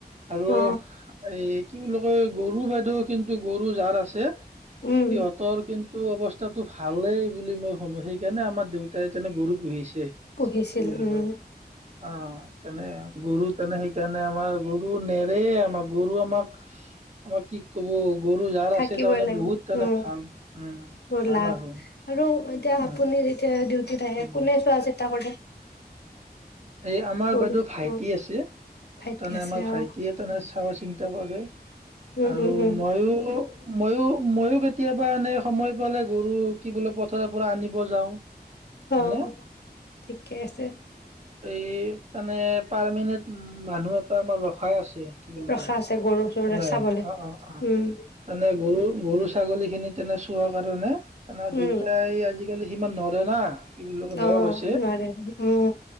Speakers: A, on the right; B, on the left.
A: আৰু
B: অ
A: এই কি বুলি কয় গৰু বাইদেউ কিন্তু গৰু যাৰ আছে
B: উম
A: সিহঁতৰ কিন টো অৱস্থাটো ভালেই বুলি মই শুনো সেইকাৰণে আমাৰ দেউতাইনে গৰু পুহিছে। কি
B: পুহিছিল
A: বুলি
B: উম
A: কয়, অ তেনে গৰু তেনে সেইকাৰণে আমাৰ গৰু নেৰে, আমাৰ গৰু আমাক আমাৰ কি ক'ব, গৰু জাৰ
B: থাকিবই
A: আছে তাৰমানে
B: লাগিব
A: বহুত তাৰমানে
B: উম
A: ভাল, উম
B: বৰ
A: ভাল
B: লাভ
A: আৰু।
B: আৰু
A: উম
B: আপুনি যেতিয়া ডিউটিত আহে
A: উম
B: কোনে চোৱাচিতা কৰে?
A: এই আমাৰ
B: গৰু
A: বাইদেউ ভাইটি
B: অ
A: আছে,
B: ভাইটি
A: তমানে
B: আছে
A: আমাৰ ভাইটিয়ে
B: অ
A: তেনে চোৱা চিন্তা কৰে।
B: উম
A: আৰু
B: উম উম
A: ময়ো মইও মইও কেতিয়াবা এনে সময় পালে গৰু কি বোলে পথাৰৰ পৰা আনিব যাওঁ।
B: অ
A: এনে
B: ঠিকে আছে।
A: এ তানে, পাৰমেনেট মানুহ এটা আমাৰ ৰখাই আছে, তেওঁলোকৰ
B: ৰখা
A: কি
B: আছে গৰু চৰু
A: বুলে
B: চাবলে
A: অ অ অ
B: উম
A: তানে গৰু, গৰু ছাগলী খিনি তেনে চোৱা কাৰণে, তেনেকুৱা
B: উম
A: দেউতাই আজিকালি সিমান নোৱাৰে না, কি বুলি কয় বয়স
B: অ
A: হৈছে
B: নোৱাৰে উম